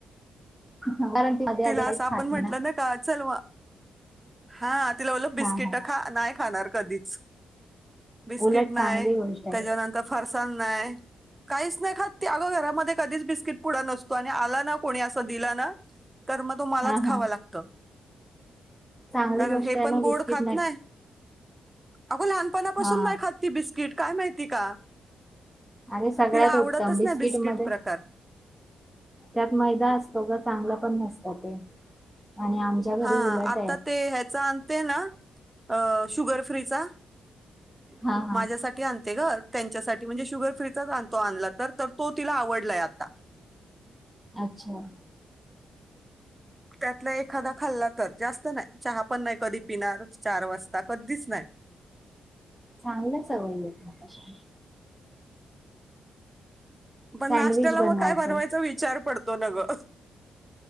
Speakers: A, in the centre; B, on the right.
A: कारण ती मध्ये
B: तिला
A: आधे काहीच
B: असं आपण
A: खात
B: म्हटलं
A: नाही ना.
B: का चल मग हा तिला बोललं बिस्किटं
A: हा हा
B: खा, नाय खाणार कधीच. बिस्किट
A: उलट चांगली
B: नाय,
A: गोष्ट आहे
B: त्याच्यानंतर फरसाण नाय. काहीच नाही खात, ते अगं घरामध्ये कधीच बिस्किट पुढा नसतो, आणि आला ना कोणी असा दिला ना, तर मग तो मलाच
A: हा
B: खावां
A: हा
B: लागतं.
A: चांगली
B: कारण
A: गोष्ट
B: हे
A: आहे
B: पण
A: ना बिस्किट
B: गोड खात नाही अगं लहानपणापासून
A: हा
B: नाही खात ती बिस्किट काय माहिती का
A: अरे सगळ्यात
B: तिला आवडतच
A: उत्तम बिस्किट
B: नाही
A: मध्ये
B: प्रकार
A: त्यात मैदा असतो ग चांगलं पण नसतं ते आणि आमच्या घरी
B: हा
A: उलट
B: आता
A: आहे
B: ते ह्याच आणते ना अ शुगर फ्रीचा
A: हा हा
B: माझ्यासाठी आणते ग त्यांच्यासाठी म्हणजे शुगर फ्रीचाच आणतो आणला तर तो तिला आवडलाय आता
A: अच्छा
B: त्यातला एखादा खाल्ला तर जास्त नाही चहा पण नाही कधी पिणार चार वाजता कधीच नाही
A: चांगल्या सवयी आहेत
B: पण
A: सँडविच
B: नाशट्याला
A: बनवायचं
B: मग काय बनवायचा विचार पडतो ना ग